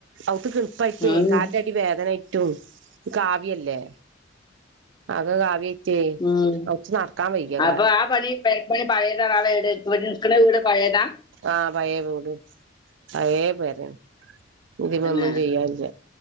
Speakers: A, on the right (about 70°); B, on the left (about 25°).
A: ഔത്ത് കിണുപ്പാ യിട്ട്
B: ഉം
A: കാലാന്റെ അടി വേദനാ ട്ടു കാവ്യല്ലേ ആക കാവ്യ ച്ചേ
B: ഉം
A: ഔത്ത് നടക്കാൻ വയ്യ ക
B: അപ്പൊ <unintelligible> ഇവിടെ നിൽക്കണ വീട് പഴേതാ
A: ആഹ് പയേ വീട് പയേ പേരേണ് ഇതിനൊന്നും
B: പിന്നെ
A: ചെയ്യാല്ല